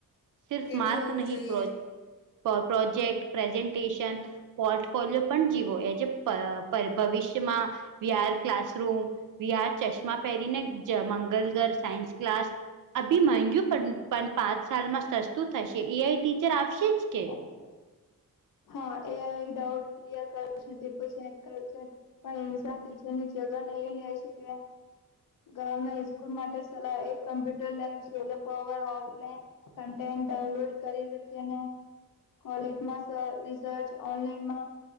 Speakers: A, on the right; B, on the left.
A: સિર્ફ
B: કેવું
A: માર્ક
B: હોવું
A: નહીં
B: જોઈએ?
A: પ્રો પ્રોજેક્ટ પ્રેઝન્ટેશન પોર્ટફોલિયો પણ જીવો એજ એ ભવિષ્યમાં વ્યાર ક્લાસરૂમ વ્યાર ચશ્મા પહેરીને મંગલ ઘર સાયન્સ ક્લાસ અભીગ પણ પાંચ સાલમાં સસ્તું થશે એઆઈ ટીચર આવશે.
B: <inaudible>
A: જ કે
B: હા એ આઈ ડાઉટ ક્લિયર કરશે, પેપરેક કરશે પણ ઇન્સાન ટીચર ની જગ નહી લે શકે. ગામના સ્કૂલ માટે સલાહ એક computer lab, solar power offline content download કરી રાખેને, કોલેજમાં રિસર્ચ ઓનલાઈનમાં